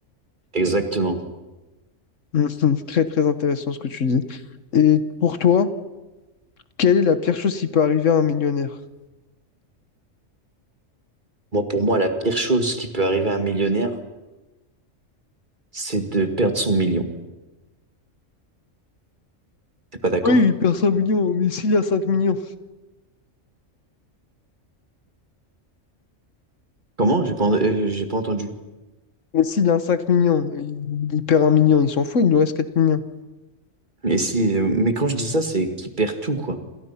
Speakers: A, on the right (about 40°); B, on the left (about 70°).
A: Exactement.
B: Mhm. C'est Très très intéressant ce que tu dis. Et pour toi, quelle est la pire chose qui peut arriver à un millionnaire?
A: Moi, pour moi, la pire chose qui peut arriver à un millionnaire, c'est de perdre son million. T'es pas d'accord?
B: Oui, il perd 5 millions, mais s'il a 5 millions.
A: Comment? J'ai pas, euh, j'ai pas entendu.
B: Mais s'il a 5 millions, il, il perd un million, il s'en fout, il lui reste quatre millions.
A: Mais si, euh, mais quand je dis ça, c'est qu'il perd tout, quoi.